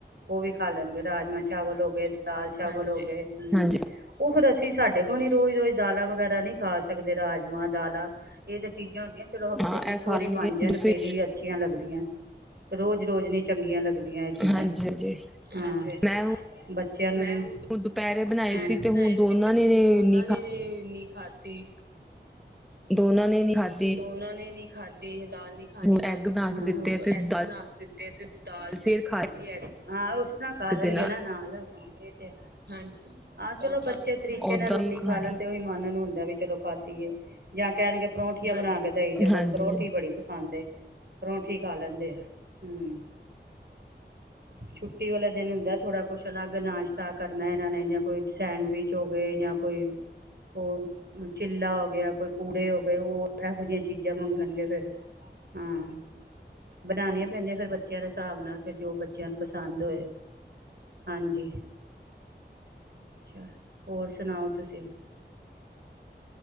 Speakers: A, on the right; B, in the centre.
A: ਉਹ ਵੀ ਖਾ ਲੈਣਗੇ, ਰਾਜਮਾਂ ਚਾਵਲ ਹੋ ਗਏ ਦਾਲ ਚਾਵਲ ਹੋ ਗਏ। ਹਮ
B: ਹਾਂਜੀ।
A: ਉਹ ਫੇਿਰ ਅਸੀਂ ਸਾਡੇ ਕੋਲ ਨ ਰੋਜ਼ ਰੋਜ਼ ਦਾਲਾਂ ਵਗੈਰਾ ਨਹੀਂੀ ਖਾ ਸਕਦੇ ਰਾਜਮਾਂ ਦਾਲਾਂ। ਇਹ ਤਾਂ ਚੀਜ਼ਾਂ ਹੁੰਦੀਆਂ ਚਲੋ ਹਫ਼ਤੇ
B: ਹਾਂ
A: ਚ ਇੱਕ
B: ਇਹ ਖਾ
A: ਵਾਰੀ
B: ਲੈਣਗੇ,
A: ਬਣ
B: ਤੁਸੀਂ
A: ਜਾਣ ਫੇਰ ਹੀ ਅੱਛੀਆਂ ਲੱਗਦੀਆਂ। ਰੋਜ਼ ਰੋਜ਼ ਨੀ ਚੰਗੀਆਂ ਲੱਗਦੀਆਂ ਇਹ ਚੀਜ਼ਾਂ
B: ਹਾਂਜੀ-ਹਾਂਜੀ,
A: ਹਾਂ
B: ਮੈਂ ਹੁਣ
A: ਬੱਚਿਆਂ ਨੂੰ। ਦੋਪੈਰੇ
B: ਦੁਪਹਿਰੇ ਬਣਾਏ ਸੀ ਤੇ
A: ਬਣਾਏ
B: ਹੁਣ ਦੋਨਾਂ
A: ਸੀ ਤੇ ਹੁਣ
B: ਨੇ
A: ਦੋਨਾਂ
B: ਨੀ
A: ਨੇ ਨੀ ਖਾਧੀ।
B: ਓਹਨਾ ਨੇ ਨਹੀਂ ਖਾਧੀ
A: ਦੋਨਾਂ ਨੇ ਨੀ ਖਾਧੀ ਦਾਲ ਨੀ ਖਾਣੀ ਦਾਲ
B: ਐਗ
A: ਨੀ
B: ਬਣਾ
A: ਖਾਣੀ
B: ਕੇ
A: ਨੂੰ
B: ਦਿੱਤੇ ਤੇ
A: ਐੱਗ
B: ਦਾਲ
A: ਬਣਾ ਕੇ ਦਿੱਤੇ ਤੇ ਦਾਲ ਫਿਰ
B: ਫੇਰ ਖਾਏ
A: ਵਧੀਆ ਏ ਹਾ ਉਸ ਤਰ੍ਹਾਂ ਖਾ
B: ਇੱਕ
A: ਲਣਗੇ
B: ਦੇ
A: ਨਾ ਨਾਲ ਇਹ ਤੇ ਹੈ। ਹਾਂਜੀ ਹਾਂ ਚਲੋ ਬੱਚੇ ਤਰੀਕੇ
B: ਓਦਾਂ
A: ਨਾਲ ਰੋਟੀ
B: ਹੀ
A: ਖਾ
B: ਖਾਣੀ,
A: ਲੈਣਦੇ ਉਹੀ। ਮਨ ਨੂੰ ਹੁੰਦਾ ਵੀ ਚਲੋ ਖਾਦੀਏ ਜਾਂ ਕਹਿਣਗੇ ਪਰੌਂਠ। ਆ ਬਣਾ ਕੇ ਦਈ ਜਾਓ ਬਸ
B: ਹਾਂਜੀ।
A: ਪਾਰੋਂਠੀ ਬੜੀ ਪਸੰਦ ਏ। ਪਰੋਠੀ ਖਾ ਲੈਂਦੇ ਆ ਹੂੰ। ਛੁੱਟੀ ਵਾਲੇ ਦਿਨ ਹੁੰਦਾ ਥੋੜਾ ਕੁਛ ਅਲੱਗ ਨਾਸ਼ਤਾ ਕਰਨਾ ਇਹਨਾਂ ਨੇ ਜਾਂ ਕੋਈ ਸੈਂਡਵਿਚ ਹੋ ਗਏ ਜ ਕੋਈ ਉਹ ਚਿੱਲਾ ਹੋ ਗਿਆ ਕੋਈ ਪੂੜੇ ਹੋ ਉਹ ਇਹੋ ਜਿਹੀਆਂ ਚੀਜ਼ਾਂ ਮੰਗਣਗੇ ਫਿਰ ਹਾਂ। ਬਣਾਉਣੀਆਂ ਪੈਂਦੀਆਂ ਫਿਰ ਬੱਚਿਆਂ ਦੇ ਹਿਸਾਬ ਨਾਲ ਫਿਰ ਜੋ ਬੱਚਿਆਂ ਨੂੰ ਪਸੰਦ ਹੋਏ। ਹਾਂਜੀ, ਅੱਛਾ ਹੋਰ ਸੁਣਾਓ ਤੁਸੀਂ?